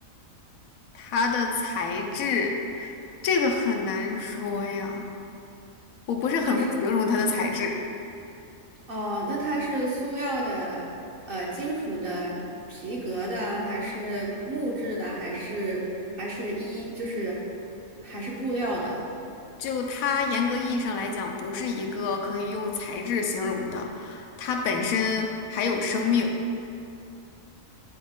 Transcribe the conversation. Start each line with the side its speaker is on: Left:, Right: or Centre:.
Left: 它的材质，这个很难说呀，我不是很会形容它的材质。
Right: 就是哦，那它是塑料的、呃，金属的、皮革的，还是木质的，还是还是一就是还是布料的？
Left: 就它严格意义上来讲，不是一个可以用材质形容的，它本身还有生命，